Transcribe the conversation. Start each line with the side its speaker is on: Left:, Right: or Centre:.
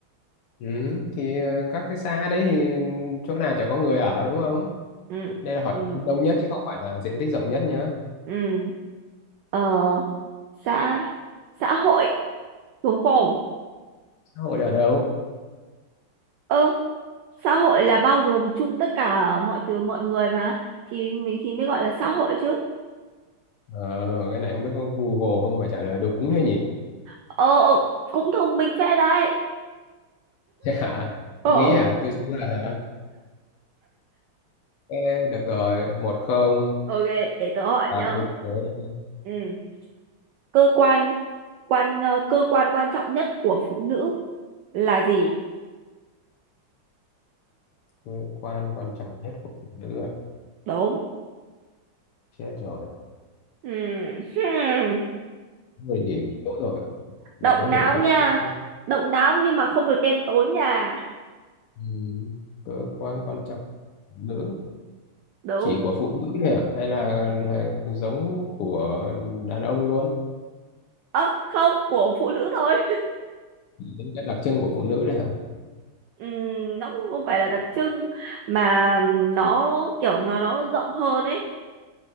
Left: ừ. thì ờ, các cái xã đấy thì chỗ nào chả có người ở đúng không
Right: ừ
Left: đây là hỏi
Right: ừ
Left: đông nhất chứ không phải là diện tích rộng nhất nhá
Right: ừ ờ xã xã hội đúng không
Left: xã hội là ở đâu
Right: ừ xã hội là bao gồm chung tất cả mọi thứ mọi người mà thì mình thì mới gọi là xã hội chứ
Left: Ờ, cái này không biết có Google không mà trả lời đúng thế nhỉ? <laughs>
Right: ờ ờ, cũng thông minh phết đấy
Left: Thế hả?
Right: ờ
Left: Tôi nghĩ hả? Tôi suy luận hả? Ê, được rồi, một không.
Right: ok để tớ hỏi
Left: À,
Right: nhá
Left: thế đi.
Right: ừ cơ quan quan ờ, cơ quan quan trọng nhất của phụ nữ là gì
Left: cơ quan quan trọng nhất của phụ nữ rồi.
Right: đúng
Left: Chết rồi.
Right: ừ <laughs> hmm.
Left: Người điểm yếu rồi. Mình
Right: động
Left: có hiểu
Right: não
Left: một
Right: nha
Left: chút không?
Right: động não nhưng mà không được đen tối nha
Left: Ừ. Cơ quan quan trọng của phụ nữ.
Right: đúng
Left: Chỉ của phụ nữ này à? Hay là, hay giống của đàn ông luôn?
Right: ơ không của phụ nữ thôi
Left: Chỉ Những cái đặc trưng của phụ nữ này hả?
Right: Ừm, nó cũng không phải là đặc trưng mà nó kiểu nó nó rộng hơn ấy